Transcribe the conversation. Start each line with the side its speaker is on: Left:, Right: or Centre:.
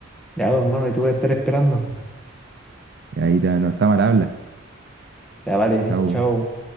Centre: Ya, pues, hermano, ahí te voy a estar esperando.
Right: Y ahí te- no está mal habla.
Centre: Ya, vale,
Right: Chao.
Centre: chao.